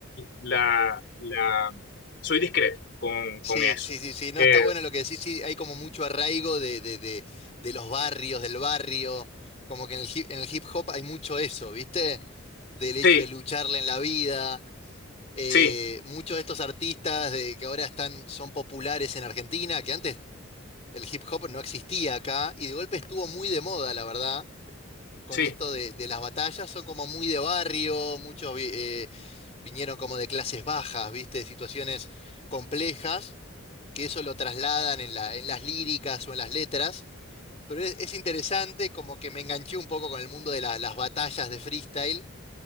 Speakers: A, on the left (about 55°); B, on the left (about 30°).
A: la, la, soy discreto con,
B: Sí,
A: con eso.
B: sí, sí, sí, no,
A: Eh,
B: está bueno lo que decís, sí, hay como mucho arraigo de, de, de, de los barrios, del barrio, como que en el hip, en el hip hop hay mucho eso, ¿viste? Del hecho
A: sí,
B: de lucharle en la vida, eh,
A: sí,
B: muchos de estos artistas de, que ahora están, son populares en Argentina, que antes el hip hop no existía acá, y de golpe estuvo muy de moda, la verdad, con
A: sí,
B: esto de, de las batallas, son como muy de barrio, muchos vi- eh, vinieron como de clases bajas, ¿viste? De situaciones complejas que eso lo trasladan en la, en las líricas o en las letras, pero es, es interesante, como que me enganché un poco con el mundo de la- las batallas de freestyle,